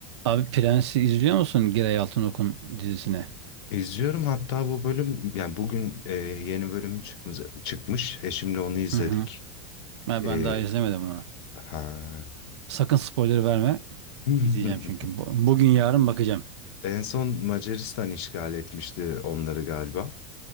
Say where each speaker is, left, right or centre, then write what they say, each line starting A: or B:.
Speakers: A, on the right (about 80°); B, on the left (about 65°).
A: Abi Prens'i izliyor musun Giray Altınok'un dizisini?
B: İzliyorum hatta bu bölüm yani bugün e, yeni bölümü çıkmış, çıkmış. Eşimle onu izledik.
A: Hı hı. Ben,
B: E,
A: ben daha izlemedim onu.
B: ha.
A: Sakın spoiler verme.
B: <laughs>
A: İzleyeceğim çünkü. Bu- Bugün yarın bakacağım.
B: En son Macaristan işgal etmişti onları galiba.